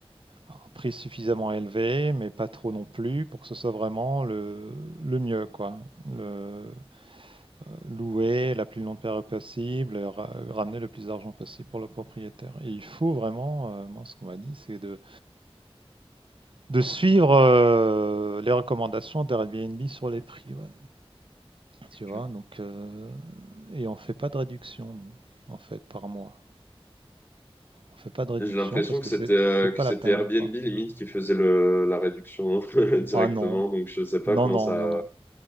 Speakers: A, on the right; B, on the left.
A: à un prix suffisamment élevé mais pas trop non plus pour que ce soit vraiment le, le mieux quoi. Le, euh, louer la plus longue période possible, et ra- ramener le plus d'argent possible pour le propriétaire. Et il faut vraiment, euh, moi ce qu'on m'a dit c'est de de suivre euh, les recommandations d'Airbnb sur les prix, ouais.
B: ok.
A: Tu vois, donc euh, et on fait pas de réduction, nous, en fait, par mois. On fait pas de réduction
B: Et J'ai l'impression
A: parce
B: que
A: que
B: c'était
A: c'est
B: euh,
A: c'est
B: que
A: pas
B: c'était
A: la peine,
B: Airbnb
A: quoi.
B: limite qui faisait le la réduction <laughs> directement.
A: Ah non,
B: Donc je sais pas
A: non,
B: comment
A: non,
B: ça.
A: non, non.